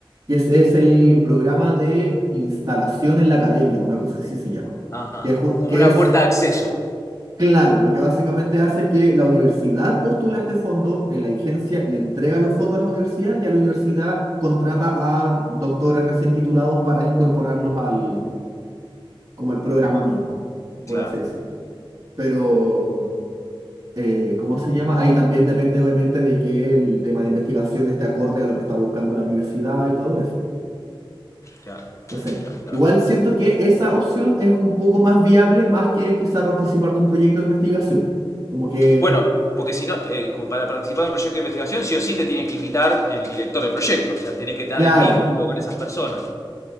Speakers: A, on the right; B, on the left.
A: que es, es el programa de instalación en la academia, una cosa así se llama,
B: Ajá.
A: que es, jus-
B: Como
A: que
B: una
A: es
B: puerta de acceso.
A: claro, lo que básicamente hace es que la universidad postula este fondo, eh, la agencia le entrega los fondos a la universidad, y a la universidad contrata a doctores recién titulados para incorporarlos al, como al programa mismo, por
B: Claro,
A: así decirlo. Pero eh, ¿cómo se llama? Ahí también depende obviamente de que el tema de investigación esté acorde a lo que está buscando la universidad y todo eso.
B: claro,
A: Entonces,
B: claro, claro, claro.
A: igual siento que esa opción es un poco más viable más que quizá participar de un proyecto de investigación. Como que,
B: Bueno, porque si no, eh, para participar en un proyecto de investigación, sí o sí te tiene que invitar el director del proyecto. O sea, tenés que estar
A: claro,
B: en vínculo con esas personas.